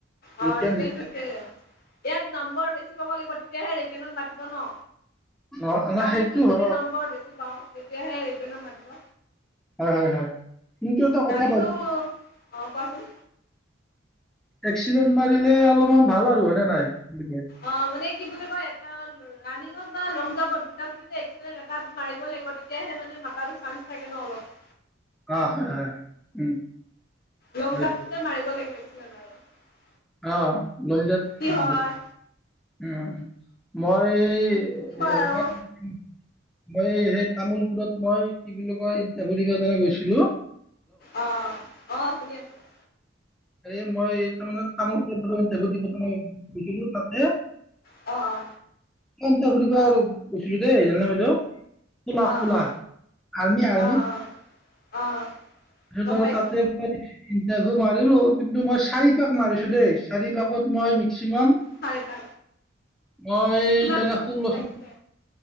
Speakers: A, on the left; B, in the centre.
A: অ',
B: ৰিটাৰ্ণ
A: ৰিটেনটো
B: ৰিটাৰ্ণ
A: খে ইয়াত নম্বৰ বেছি পাব লাগিব তেত তেতিয়াহে ৰিটেৰ্নত মাতিব ন?
B: ন' ন'
A: ৰানিংটোত
B: সেইটো হয়,
A: যদি নম্বৰ বেছি পাওঁ, তেতিয়াহে ৰিটেৰ্ণত মাতিব।
B: হয়, হয়, হয়। কিন্তু এটা কথা
A: <unintelligible>
B: বাইদেউ
A: অ', কোৱাচোন।
B: এক্সিডেণ্ট মাৰিলে অলপমান ভাল আৰু হয়নে নাই? কি বুলি কয়?
A: অ মানে কি বুলি কয় এটা ৰাণিঙত বা লং জাম্পত দুটা ভিত্তিতে এক্ এটাত মাৰিবই লাগিব তেতিয়াহে মানে মাতাটো চান্স থাকে ন অলপ <inaudible>
B: অ হয় হয় উম
A: লং
B: হয়।
A: জামটোতে মাৰিব লাগিব <unintelligible>
B: অ লংজাম
A: কি হয়
B: মাৰিব উম মই
A: কি হয়
B: এম
A: আৰু
B: <inaudible> মই সেই তামোলপুৰত মই কি বুলি কয়ভৰিবনে গৈছিলো
A: অ অহ শুনি আছো <inaudible>
B: এ মই তাৰ মানে তামোল গৈছিলো তাতে
A: অ অ
B: ফুৰিব আৰু গৈছিলো দেই জানে বাইদেউ খলা
A: অ
B: খোলা
A: অ
B: আৰ্মি আৰ্মি
A: অ অ অ অ
B: তাৰত
A: গম
B: আৰু
A: পাইছো
B: তাতে ইণ্টাৰভিউ মাৰিলো কিন্তু মই চাৰি পাক মাৰিছো দেই চাৰি পাকত মই মেক্সিমাম
A: চাৰিটা
B: মই
A: কিমান
B: তেনে শ
A: মিনিট
B: লচোন,
A: লাগিছে